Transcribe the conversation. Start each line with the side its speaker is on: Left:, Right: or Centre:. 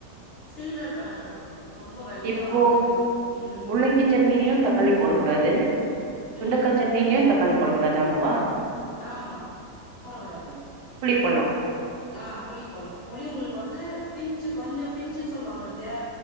Left: சில்வர் கலர்ல வரு ரொம்ப <unintelligible>
Right: இப்போ
Left: வரும் இது ம்
Right: முள்ளங்கி சட்னிலயு தக்காளி போடக் கூடாது சுண்டக்கா
Left: ம்
Right: சட்னியிலயு தக்காளி போடக் கூடாது ஆமாவா
Left: ஆமா போடக் கூடாது
Right: ம். புளி போட்லா
Left: ஆ புளி போட்லா புளி உங்களுக்கு வந்து பின்ச்சு கொஞ்ச பின்ச்சுன்னு சொல்லுவாங்களத்தியா